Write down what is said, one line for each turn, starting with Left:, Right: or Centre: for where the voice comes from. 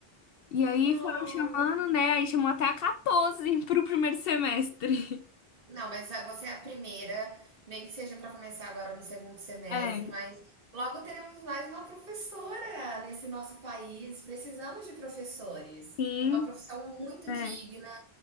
Left: E aí
Right: Ah.
Left: foram chamando, né? Aí chamou até a 14 <laughs> pro primeiro semestre. <laughs>
Right: Não, mas a você é a primeira, nem que seja para começar agora no segundo semestre,
Left: É,
Right: mas logo teremos mais uma professora nesse nosso país. Precisamos de professores.
Left: sim,
Right: É uma profissão muito
Left: é.
Right: digna,